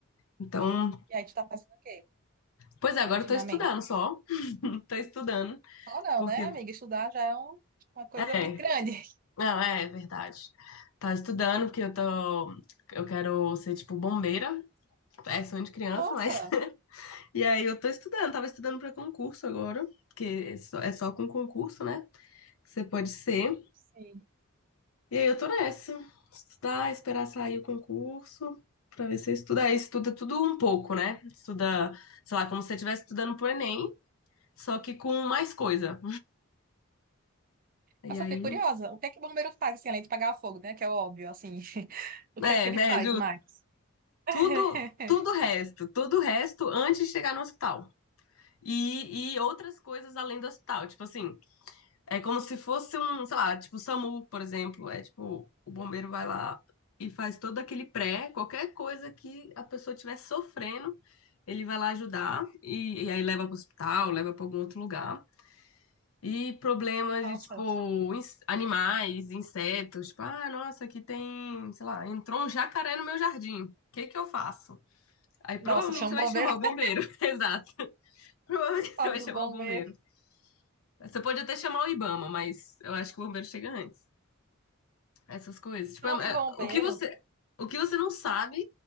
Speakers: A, on the left; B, on the right.
A: Então,
B: E aí, tu tá fazendo o quê
A: pois é, agora
B: ultimamente?
A: eu tô estudando só. <laughs> Tô estudando.
B: Ou não,
A: Porque,
B: né, amiga? Estudar já é um- uma coisa
A: é,
B: muito grande. <laughs>
A: não, é verdade. Tá estudando, porque eu tô, eu quero ser, tipo, bombeira. É sonho de criança,
B: Nossa,
A: mas. <laughs> E aí eu tô estudando, tava estudando pra concurso agora, porque é só, é só com concurso, né? Você pode ser.
B: sim.
A: E aí eu tô nessa. Estudar, esperar sair o concurso, pra ver se eu estudo. Aí estuda tudo um pouco, né? Estuda, sei lá, como se você estivesse estudando pro Enem, só que com mais coisa. E
B: Nossa,
A: aí.
B: fiquei curiosa. O que é que o bombeiro faz, assim, além de apagar o fogo, né? Que é óbvio, assim. <laughs> O
A: É,
B: que é que
A: é,
B: ele faz mais? <laughs>
A: Tudo, tudo o resto, tudo o resto antes de chegar no hospital. E, e outras coisas além do hospital. Tipo assim, é como se fosse um, sei lá, tipo o SAMU, por exemplo. É tipo, o bombeiro vai lá e faz todo aquele pré, qualquer coisa que a pessoa estiver sofrendo, ele vai lá ajudar e, e aí leva pro hospital, leva para algum outro lugar. E problemas
B: Nossa,
A: de, tipo, ins- animais, insetos. Tipo, ah, nossa, aqui tem, sei lá, entrou um jacaré no meu jardim. O que que eu faço? Aí provavelmente
B: nossa, chama
A: você
B: o
A: vai chamar
B: bombeiro, <laughs>
A: o bombeiro. <laughs> Exato. Provavelmente
B: sabe
A: você vai
B: do
A: chamar
B: bombeiro.
A: o bombeiro. Você pode até chamar o Ibama, mas eu acho que o bombeiro chega antes. Essas coisas. Tipo,
B: Falando
A: é-
B: em
A: é-
B: bombeiro,
A: o que você, o que você não sabe,